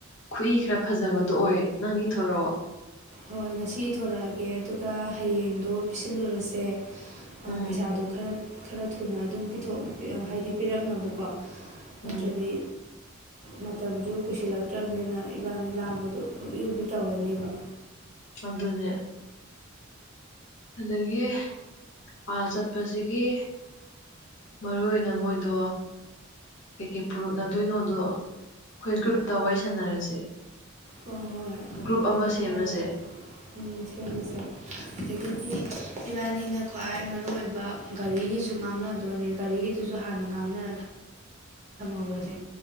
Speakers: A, on the left; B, on the right.
A: ꯈꯨꯏ ꯈꯔ ꯐꯖꯕꯗꯣ ꯑꯣꯏ ꯅꯪ ꯏꯊꯣꯔꯛꯑꯣ
B: ꯍꯣꯏ ꯉꯁꯤ ꯏꯊꯣꯔꯛꯑꯒꯦ ꯑꯗꯨꯒ ꯍꯌꯦꯡꯗꯣ ꯄꯤꯁꯤꯜꯂꯨꯔꯁꯦ ꯑ
A: ꯎꯝ
B: ꯄꯩꯁꯥꯗꯣ ꯈꯔ ꯈꯔ ꯊꯨꯅ ꯑꯗꯨꯝ ꯄꯤꯊꯣꯛ ꯍꯥꯏꯗꯤ ꯄꯤꯔꯛꯅꯕꯀꯣ ꯅꯠꯇ꯭ꯔꯗꯤ
A: ꯎꯝ
B: ꯃꯇꯝꯗꯨ ꯀꯨꯏꯁꯤꯜꯂꯛꯇ꯭ꯔꯝꯅꯤꯅ ꯏꯕꯥꯅꯤ ꯂꯥꯡꯕꯗꯣ ꯍꯣꯕꯦ ꯍꯣꯕꯦ ꯇꯧꯔꯅꯤꯕ
A: ꯑꯗꯨꯅꯦ ꯑꯗꯒꯤ ꯑꯥ ꯆꯠꯄꯖꯤꯒꯤ ꯃꯔꯨꯑꯣꯏꯅ ꯃꯣꯏꯗꯣ ꯀꯩꯀꯩ ꯄꯨꯔꯛꯅꯗꯣꯏꯅꯣꯗꯣ ꯑꯩꯈꯣꯏ ꯒ꯭ꯔꯨꯞꯇ ꯋꯥꯔꯤ ꯁꯥꯟꯅꯔꯖꯦ
B: ꯍꯣ ꯍꯣꯏ
A: ꯒ꯭ꯔꯨꯞ
B: ꯑꯗꯨꯃꯥꯏꯅ
A: ꯑꯃ ꯁꯦꯝꯃꯖꯦ
B: ꯍꯥꯏꯅ ꯎꯝ ꯁꯦꯝꯃꯁꯦ ꯑꯗꯒꯤꯗꯤ ꯏꯕꯥꯅꯤꯅ ꯈ꯭ꯋꯥꯏ ꯃꯔꯨ ꯑꯣꯏꯕ ꯒꯥꯔꯤꯒꯤꯖꯨ ꯉꯥꯡꯅꯗꯣꯏꯅꯦ ꯒꯥꯔꯤꯒꯤ ꯗꯨꯨꯖꯨ ꯍꯥꯟꯅ ꯉꯥꯡꯅꯔ ꯊ <unintelligible> ꯊꯝꯍꯧꯔꯖꯦ